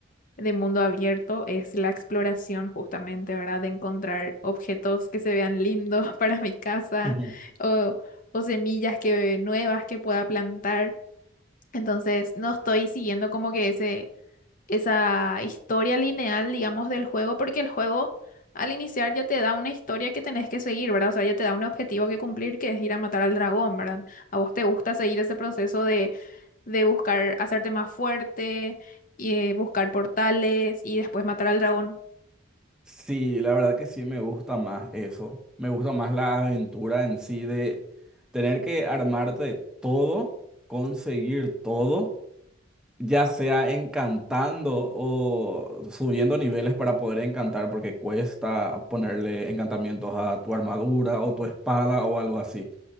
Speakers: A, on the left (about 45°); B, in the centre.
A: de mundo abierto es la exploración justamente, ¿verdad? De encontrar objetos que se vean lindos <laughs> para mi casa
B: Ujú.
A: o, o semillas que, nuevas que pueda plantar. Entonces, no estoy siguiendo como que ese, esa historia lineal, digamos, del juego, porque el juego al iniciar ya te da una historia que tenés que seguir, ¿verdad? O sea, ya te da un objetivo que cumplir, que es ir a matar al dragón, ¿verdad? ¿A vos te gusta seguir ese proceso de de buscar hacerte más fuerte y eh, buscar portales y después matar al dragón.
B: Sí, la verdad que sí me gusta más eso. Me gusta más la aventura en sí de tener que armarte todo, conseguir todo ya sea encantando o subiendo niveles para poder encantar, porque cuesta ponerle encantamientos a tu armadura o tu espada o algo así.